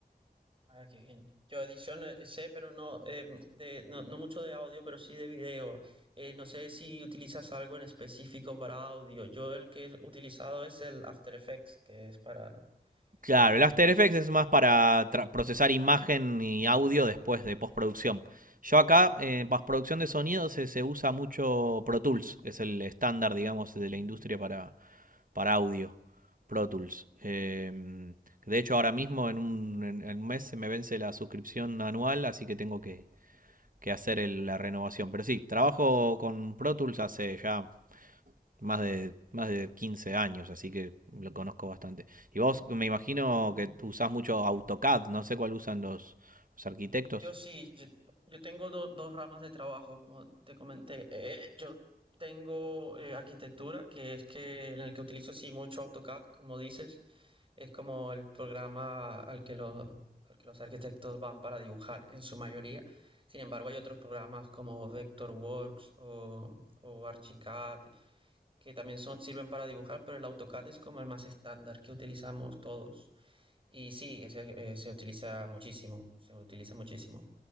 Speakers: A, on the right; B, on the right.
A: Ah, qué bien. Yo edición eh, sé, pero no, em, de, no, no mucho de audio, pero sí de video. Eh, no sé si utilizas algo en específico para audio. Yo el que he utilizado es el After Effects, que es para
B: Claro,
A: que,
B: el After Effects
A: que-
B: es más para procesar imagen y audio después de postproducción. Yo acá en eh, postproducción de sonido se, se usa mucho Pro Tools, que es el estándar, digamos, de la industria para, para audio. Pro Tools. Eh, de hecho, ahora mismo en un, en- en un mes se me vence la suscripción anual, así que tengo que, que hacer el- la renovación. Pero sí, trabajo con Pro Tools hace ya más de, más de 15 años, así que lo conozco bastante. Y vos me imagino que usás mucho AutoCAD, no sé cuál usan los, los arquitectos.
A: Yo sí, yo, yo tengo do- dos ramas de trabajo, como te comenté. Eh, yo tengo eh, arquitectura, que es que en el que utilizo sí mucho AutoCAD, como dices, es como el programa al que los, al que los arquitectos van para dibujar en su mayoría. Sin embargo, hay otros programas como Vectorworks o, o Archicad, que también son, sirven para dibujar, pero el AutoCAD es como el más estándar que utilizamos todos. Y sí, ese, eh, se utiliza muchísimo, se utiliza muchísimo.